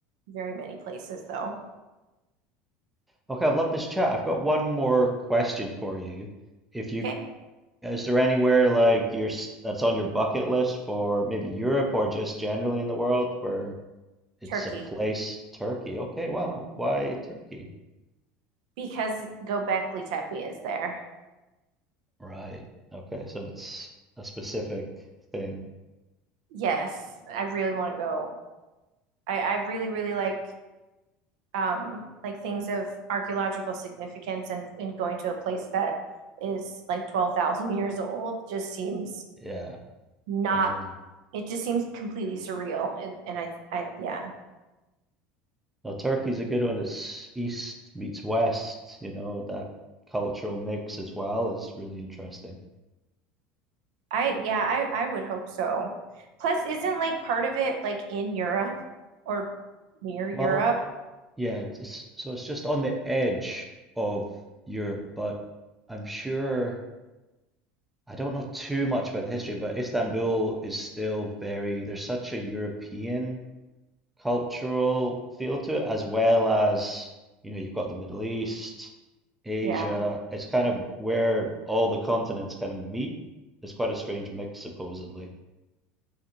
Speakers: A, on the right; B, in the centre.
A: very many places though.
B: Okay, I've loved this chat. I've got one more question for you if you
A: Okay.
B: Yeah, Is there anywhere like your s- that's on your bucket list for maybe Europe or just generally in the world where it's
A: Turkey,
B: a place, Turkey? Okay, wow. Why Turkey?
A: because Göbekli Tepe is there.
B: Right. Okay, so it's a specific thing.
A: Yes, I really want to go. I, I really, really like um like things of archaeological significance and, and going to a place that is like 12,000 years old just seems
B: Yeah,
A: not,
B: amazing.
A: it just seems completely surreal. And, and I, I, yeah,
B: Now Turkey's a good one. It's east meets west, you know, that cultural mix as well is really interesting.
A: I yeah, I I would hope so. Plus, isn't like part of it like in Europe or near Europe?
B: Well, yeah, it's it's- so it's just on the edge of Europe, but I'm sure I don't know too much about the history, but Istanbul is still very, there's such a European cultural feel to it, as well as, you know, you've got the Middle East, Asia.
A: Yeah.
B: It's kind of where all the continents kind of meet. It's quite a strange mix, supposedly.